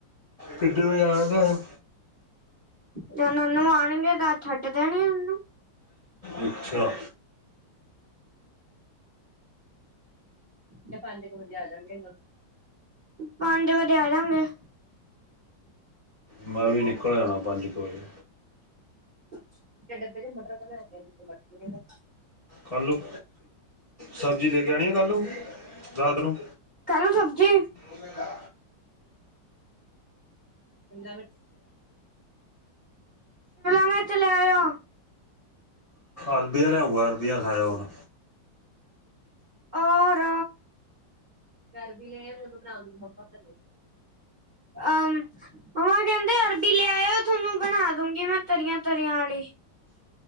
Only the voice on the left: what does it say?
ਕਿਨੇ ਬਜੇ ਆਣਾ ਘਰੇ।
ਅੱਛਾ।
ਮੈਂ ਵੀ ਨਿਕਲ ਆਣਾ ਪੰਜ ਕੁ ਵਜੇ
ਕੱਲ ਨੂੰ ਸਬਜ਼ੀ ਲੈ ਕੇ ਆਣੀ ਆ ਕੱਲ ਨੂੰ ਰਾਤ ਨੂੰ।
ਚੰਗਾ।
ਅਰਬੀਆਂ ਲਿਆਉਂਗਾ ਅਰਬੀਆਂ ਖਾਇਓ। ਹੁਣ